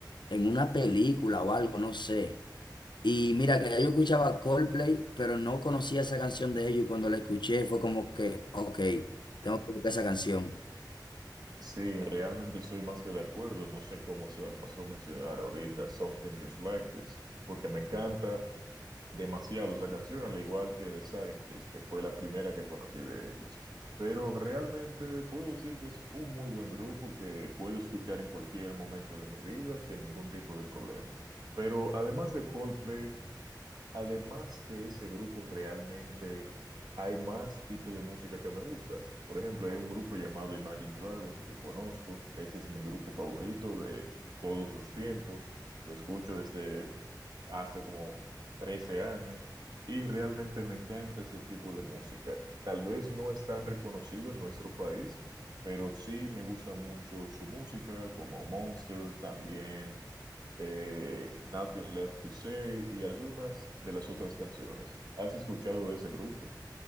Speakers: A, on the left (about 75°); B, on the right (about 60°).
A: en una película o algo, no sé. Y mira, que ya yo escuchaba Coldplay, pero no conocía esa canción de ellos y cuando la escuché fue como que, ok, tengo que buscar esa canción.
B: Sí, realmente estoy más que de acuerdo. No sé cómo se me pasó a mencionar ahorita Something Just Like This, porque me encanta demasiado esa canción, al igual que The Scientist, que fue la primera que conocí de ellos. Pero realmente puedo decir que es un muy buen grupo que puedo escuchar en cualquier momento de mi vida sin ningún tipo de problema. Pero además de Coldplay, además de ese grupo, realmente hay más tipo de música que me gusta. Por ejemplo, hay un grupo llamado Imagine Dragons que conozco. Ese es mi grupo favorito de todos los tiempos. Lo escucho desde hace como 13 años y realmente me encanta ese tipo de música. Tal vez no es tan reconocido en nuestro país, pero sí me gusta mucho su música, como Monster, también eh, Nothing Left to Say y algunas de las otras canciones. ¿Has escuchado de ese grupo?